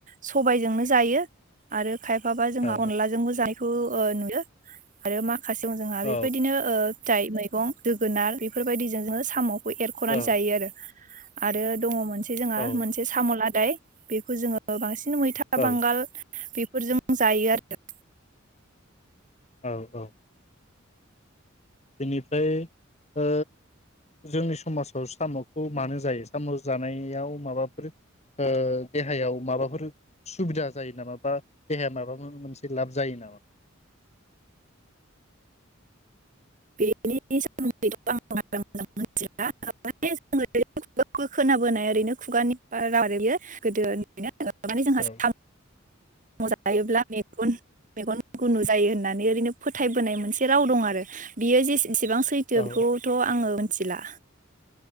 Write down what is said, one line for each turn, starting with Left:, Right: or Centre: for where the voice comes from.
Right: सबायजोंनो जायो आरो खायफाबा जोंहा
Left: औ
Right: अनलाजोंबो जानायखौ अ नुदो आरो मा <unintelligible> जोंहा
Left: औ
Right: बेबायदिनो ओ फिथाइ मै गं दोगोनार बेफोरबायदिजों जोङो साम' एरख'नानै
Left: औ
Right: जायो आरो आरो दङ' मोन से जोंहा
Left: औ
Right: मोन से साम'लादाय बेखौ जोङो बांसिन मैथा
Left: औ
Right: बांगाल बे फोरजों जायो आरो
Left: औ औ। बेनिफ्राय ओ जोंनि समाजाव साम'खौ मानो जायो साम' जानायाव माबाफोर ओ देहायाव माबाफोर सुबिदा जायो नामा बा देहाया माबाफोर मोनसे लाब जायो नामा?
Right: बेनि सोमोन्दैथ' आं बारा मोजां मोनथिला। <unintelligible> खोनाबोनाय ओरैनो खुगानिफ्राय <unintelligible> गोदोनिनो लानानै जोंहा
Left: औ
Right: साम' <unintelligible> मोजां लायोब्ला मेगन मेगन गुनु जायो होननानै ओरैनो फोथायबोनाय मोनसे राव दं आरो बेयो जेसे इसिबां सैथो
Left: औ
Right: बेखौथ' आङो मोन थिला